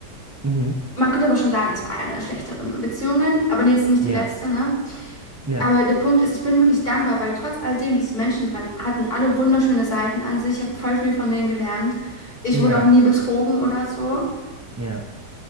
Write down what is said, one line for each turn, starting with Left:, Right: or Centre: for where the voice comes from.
Right: Mhm.
Left: Man könnte aber schon sagen, es war eine der schlechteren Beziehungen, aber jetzt nicht
Right: Ja,
Left: die letzte, ne?
Right: ja,
Left: Aber der Punkt ist, ich bin wirklich dankbar, weil trotz all dem, diese Menschen, die waren, hatten alle wunderschöne Seiten an sich. Ich habe voll viel von denen gelernt. Ich
Right: ja,
Left: wurde auch nie betrogen oder so.
Right: ja.